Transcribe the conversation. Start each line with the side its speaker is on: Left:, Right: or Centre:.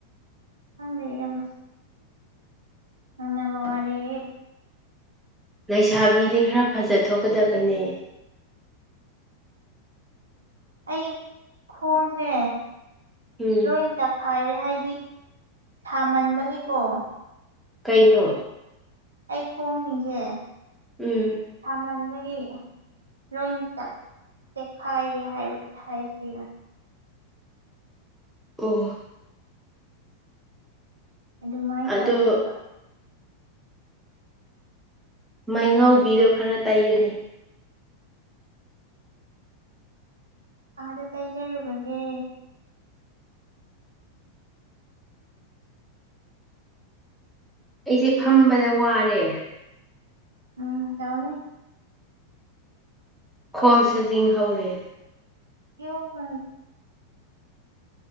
Right: ꯈꯪꯗꯦ ꯏꯝꯕꯁꯨ ꯑꯅ ꯃ ꯃꯔꯦ
Centre: ꯂꯩꯁꯥꯕꯤꯗꯤ ꯈꯔ ꯐꯖꯊꯣꯛꯀꯗꯕꯅꯦ
Right: ꯑꯩ ꯈꯣꯡꯁꯦ
Centre: ꯎꯝ
Right: ꯂꯣꯏ ꯇꯛꯈꯥꯏꯔꯦ ꯍꯥꯏ ꯁꯥꯃꯟꯕꯒꯤꯀꯣ
Centre: ꯀꯩꯅꯣ
Right: ꯑꯩ ꯈꯣꯡꯁꯤꯡꯁꯦ
Centre: ꯎꯝ
Right: ꯁꯥꯃꯟꯕ ꯑꯩ ꯂꯣꯏ ꯆꯠ ꯆꯦꯈꯥꯏꯔꯦ ꯍꯥꯏꯕꯒꯤ ꯍꯥꯏꯁꯤꯔꯥ
Centre: ꯑꯣꯍ
Right: ꯑꯗꯨꯃꯥꯏꯅ
Centre: ꯑꯗꯣ
Right: ꯇꯧꯔꯦꯕ
Centre: ꯃꯩꯉꯥꯎꯤꯗꯣ ꯈꯔ ꯇꯩꯌꯨꯅꯦ
Right: ꯑꯥꯗ ꯇꯩꯖꯔꯨꯔꯒꯦ
Centre: ꯑꯩꯁꯦ ꯐꯝꯕꯗ ꯋꯥꯔꯦ
Right: ꯎꯝ ꯇꯎꯅꯤ
Centre: ꯈꯣꯡ ꯁꯥꯖꯤꯡ ꯍꯧꯔꯦ
Right: ꯀꯧ ꯍ